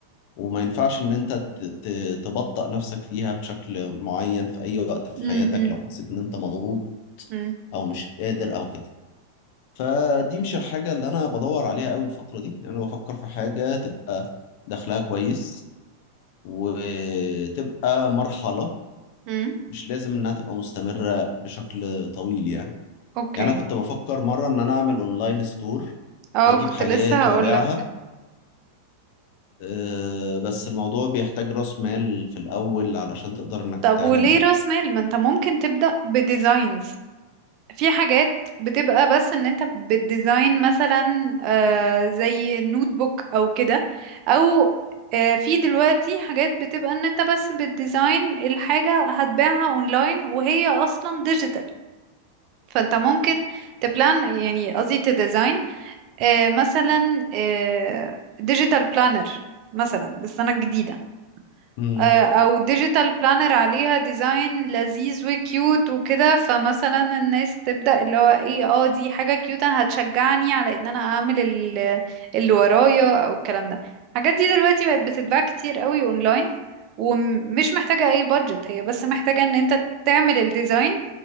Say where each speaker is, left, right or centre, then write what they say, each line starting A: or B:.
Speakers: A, on the left (about 60°); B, on the right (about 50°).
A: وما ينفعش ان انت ت- ت- تبطأ نفسك فيها بشكل معين في اي وقت في
B: امم
A: حياتك لو حسيت ان انت مضغوط
B: امم
A: او مش قادر او كده فدي مش الحاجة اللي أنا بدور عليها قوي الفترة دي يعني أنا بفكر في حاجة تبقى دخلها كويس وتبقى مرحلة
B: امم
A: مش لازم إنها تبقى مستمرة بشكل طويل يعني
B: اوكي
A: يعني أنا كنت بفكر مرة إن أنا أعمل أونلاين ستور
B: اه
A: وأجيب
B: كنت
A: حاجات
B: لسه هقولك
A: وأبيعها أه، بس الموضوع بيحتاج رأس مال في الأول علشان تقدر إنك
B: طب
A: تعمل
B: وليه
A: ده
B: راس مال ما انت ممكن تبدأ بديزاينز في حاجات بتبقى بس ان انت بتديزاين مثلا آه زي نوت بوك او كده او آه في دلوقتي حاجات بتبقى ان انت بس بتديزاين الحاجة هتباعها اونلاين وهي اصلا ديجيتال فانت ممكن تبلان يعني قصدي تديزاين آه مثلا آه ديجيتال بلانر مثلا للسنة الجديدة
A: مم.
B: آه، او ديجيتال بلانر عليها ديزاين لذيذ وكيوت وكده فمثلا الناس تبدأ اللي هو ايه اه دي حاجة كيوت انا هتشجعني على ان انا اعمل ال- اللي ورايا او الكلام ده الحاجات دي دلوقتي بقت بتتباع كتير قوي اونلاين ومش محتاجة اي بادجت هي بس محتاجة ان انت تعمل الديزاين